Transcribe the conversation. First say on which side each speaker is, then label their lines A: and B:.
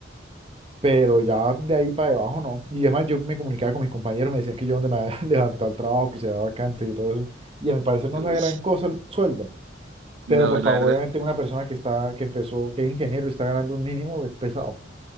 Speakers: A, on the right; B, on the right.
A: Pero ya de ahí para debajo no. Y además yo me comunicaba con mis compañeros, me decían que yo donde me había <laughs> levantado el trabajo, que se daba vacante y todo eso. Y a mi parecer no
B: Uy,
A: es la gran cosa el sueldo.
B: no,
A: Pero pues
B: la
A: para
B: verdad,
A: obviamente una persona que está, que empezó, que es ingeniero y está ganando un mínimo, es pesado.